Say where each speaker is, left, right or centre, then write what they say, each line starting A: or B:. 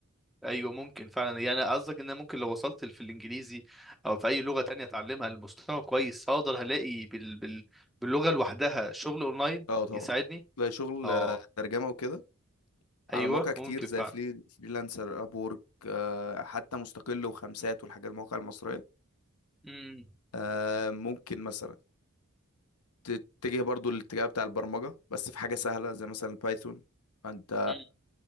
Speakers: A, in the centre; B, on the left.
A: ايوه ممكن فعلا يعني قصدك ان أنا ممكن لو وصلت في الانجليزي او في اي لغه تانية اتعلمها لمستوى كويس هقدر هلاقي بال... بال... باللغه لوحدها شغل اونلاين
B: اه طبعا
A: يساعدني
B: تلاقي شغل
A: اه
B: آه، ترجمه وكده
A: ايوه
B: على مواقع كتير
A: ممكن
B: زي
A: فعلا
B: فري فريلانسر ابورك آه، حتى مستقل وخمسات والحاجات المواقع المصريه
A: امم
B: آه، ممكن مثلا تتجه برضو الاتجاه بتاع البرمجة بس في حاجة سهلة زي مثلا بايثون فانت
A: أمم.